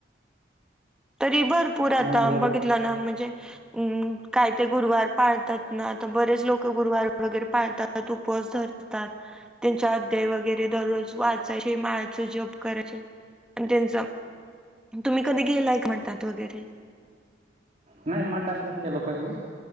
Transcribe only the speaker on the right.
हा बरोबर
नाही म्हटात नाही गेलो कधी,